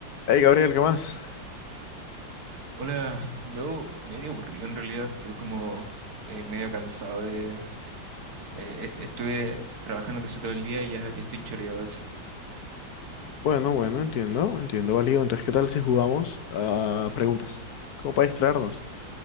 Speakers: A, on the left; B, on the right.
A: Hey Gabriel, ¿qué más?
B: Hola, yo medio aburrido en realidad, estoy como eh, medio cansado de... eh, est- estuve trabajando casi todo el día y ya, ya estoy choreado de eso.
A: Bueno, bueno, entiendo, entiendo, válido. Entonces, ¿qué tal si jugamos a preguntas? ¿Cómo para distraernos?